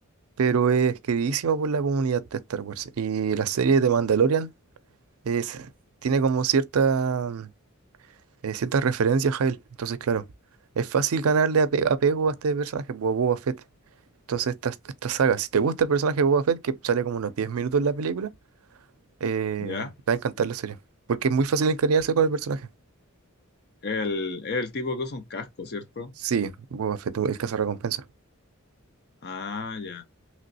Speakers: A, on the right; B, on the left.
A: pero es queridísimo por la comunidad de Star Wars. Y la serie de Mandalorian es, tiene como cierta, mm, eh, ciertas referencias a él. Entonces, claro, es fácil ganarle ape- apego a este personaje, Bo- Boba Fett. Entonces, esta, esta saga, si te gusta el personaje de Boba Fett, que sale como unos 10 minutos en la película, eh,
B: ya.
A: te va a encantar la serie. Porque es muy fácil encariñarse con el personaje.
B: El, es el tipo que usa un casco, ¿cierto?
A: Sí, Boba Fett, el recompensa
B: Ah, ya.